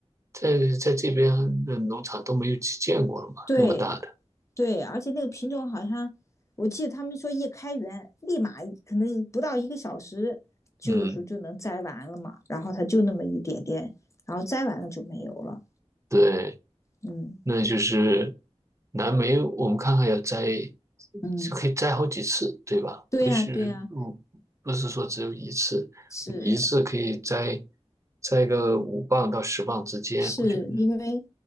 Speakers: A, on the right (about 25°); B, on the left (about 25°).
A: 在在这边的农场都没有见过了嘛，
B: 对，
A: 那么大的。
B: 对，而且那个品种好像，我记得他们说一开园立马可能不到一个小时，就有时候就能摘完了嘛。
A: 嗯，
B: 然后它就那么一点点，然后摘完了就没有了。
A: 对。
B: 嗯
A: 那就是蓝莓，我们看看要摘，
B: 嗯，
A: 就可以摘好几次，对吧？
B: 对呀，
A: 不是，
B: 对呀，
A: 不不是说只有一次，
B: 是
A: 一次可以摘摘个五磅到十磅之间，
B: 是因为
A: 我觉得，